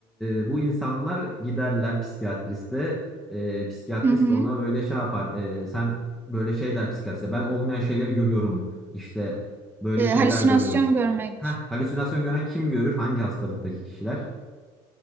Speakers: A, in the centre; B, on the right.
A: e, bu insanlar giderler psikiyatriste. Ee, psikiyatrist
B: Hı hı.
A: ona böyle şey yapar. Ee, sen böyle şey der psikiyatriste. Ben olmayan şeyleri görüyorum. İşte böyle
B: Ee,
A: şeyler
B: halüsinasyon
A: görüyorum.
B: görmek.
A: Heh, halüsinasyon gören kim görür? Hangi hastalıktaki kişiler?